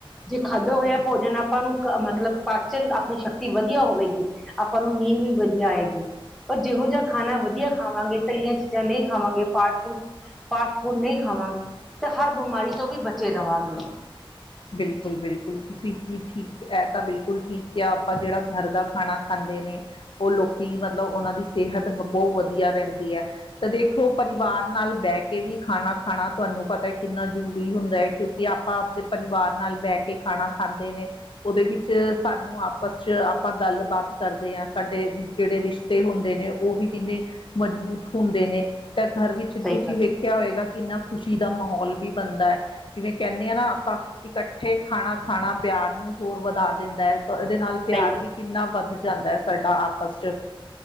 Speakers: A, in the centre; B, on the left (about 60°).
A: ਜੇ ਖਾਧਾ ਹੋਇਆ ਭੋਜਨ ਆਪਾਂ ਨੂੰ ਮਤਲਬ ਪਾਚਨ ਆਪਣੀ ਸ਼ਕਤੀ ਵਧੀਆ ਹੋਵੇਗੀ ਆਪਾਂ ਨੂੰ ਨੀਂਦ ਵਧੀਆ ਆਏਗੀ ਪਰ ਜਿਹੋ ਖਾਣਾ ਵਧੀਆ ਖਾਵਾਂਗੇ ਤਲੀਆਂ ਚੀਜ਼ਾਂ ਨਹੀਂ ਖਾਵਾਂਗੇ ਫਾਸਟ ਫੂਡ ਫਾਸਟ ਫੂਡ ਨਹੀਂ ਖਾਵਾਂਗੇ ਤੇ ਹਰ ਬਿਮਾਰੀ ਤੋਂ ਵੀ ਬਚੇ ਰਵਾਂਗੇ।
B: ਬਿਲਕੁਲ ਬਿਲਕੁਲ ਤੁਸੀਂ ਕੀ ਠੀਕ ਹੈ ਤਾਂ ਬਿਲਕੁਲ ਠੀਕ ਆ ਆਪਾਂ ਜਿਹੜਾ ਘਰ ਦਾ ਖਾਣਾ ਖਾਂਦੇ ਨੇ ਉਹ ਲੋਕੀ ਮਤਲਬ ਉਹਨਾਂ ਦੀ ਸਿਹਤ ਬਹੁਤ ਵਧੀਆ ਰਹਿੰਦੀ ਏ। ਦੇਖੋ ਪਰਿਵਾਰ ਨਾਲ ਬੈ ਕੇ ਵੀ ਖਾਣਾ ਖਾਣਾ ਤੁਹਾਨੂੰ ਪਤਾ ਕਿੰਨਾ ਜ਼ਰੂਰੀ ਹੁੰਦਾ ਹੈ ਕਿਉਂਕਿ ਆਪਾਂ ਆਪਦੇ ਪਰਿਵਾਰ ਨਾਲ ਬਹਿ ਕੇ ਖਾਣਾ ਖਾਂਦੇ ਨੇ। ਉਹਦੇ ਵਿੱਚ ਸਾਨੂੰ ਆਪਸ ਚ ਆਪਾਂ ਗੱਲਬਾਤ ਕਰਦੇ ਹਾਂ ਸਾਡੇ ਜਿਹੜੇ ਰਿਸ਼ਤੇ ਤੇ ਹੁੰਦੇ ਨੇ ਉਹ ਵੀ ਕਿੰਨੇ ਮਜ਼ਬੂਤ ਹੁੰਦੇ ਨੇ ਤਾਂ ਘਰ ਵਿੱਚ
A: ਸਹੀ
B: ਤੁਸੀਂ
A: ਗੱਲ,
B: ਵੇਖਿਆ ਹੋਏਗਾ ਕਿੰਨਾ ਖੁਸ਼ੀ ਮਾਹੌਲ ਵੀ ਬਣਦਾ ਐ। ਜਿਵੇਂ ਕਹਿੰਦੇ ਆ ਨਾ ਇਕੱਠੇ ਖਾਣਾ ਖਾਣਾ ਪਿਆਰ ਨੂੰ ਹੋਰ ਵਧਾ ਦਿੰਦਾ ਐ ਤਾਂ ਇਹਦੇ ਨਾਲ ਪਿਆਰ
A: ਸਹੀ
B: ਵੀ ਕਿੰਨਾ ਵੱਧ ਜਾਂਦਾ ਹੈ ਸਾਡਾ ਆਪਸ ਚ